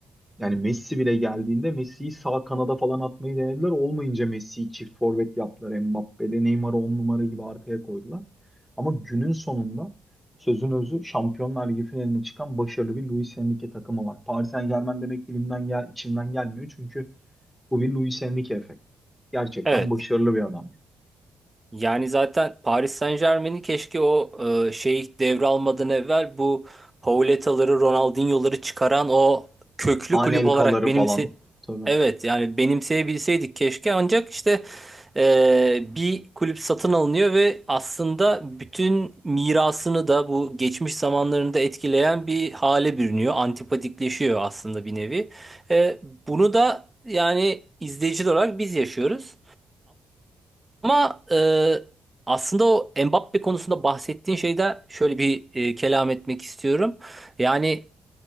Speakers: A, in the centre; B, on the right.
A: yani Messi bile geldiğinde Messi'yi sağ kanada falan atmayı denediler. Olmayınca Messi'yi çift forvet yaptılar. Mbappe'yle Neymar'ı 10 numara gibi arkaya koydular. Ama günün sonunda sözün özü Şampiyonlar Ligi finaline çıkan başarılı bir Luis Enrique takımı var. Paris Saint-Germain demek dilimden gel, içimden gelmiyor. Çünkü bu bir Luis Enrique efekt. Gerçekten
B: Evet.
A: başarılı bir adam. yani.
B: Yani zaten Paris Saint-Germain'in keşke o e, şey devralmadan evvel bu Pauleta'ları, Ronaldinho'ları çıkaran o köklü
A: Anelka'ları
B: kulüp olarak benimsi
A: falan. Tabii.
B: Evet yani benimseyebilseydik keşke ancak işte eee, bir kulüp satın alınıyor ve aslında bütün mirasını da bu geçmiş zamanlarında etkileyen bir hale bürünüyor. Antipatikleşiyor aslında bir nevi. Eee, bunu da yani izleyiciler olarak biz yaşıyoruz. Ama eee, aslında o Mbappe konusunda bahsettiğin şeyde şöyle bir eee, kelam etmek istiyorum. Yani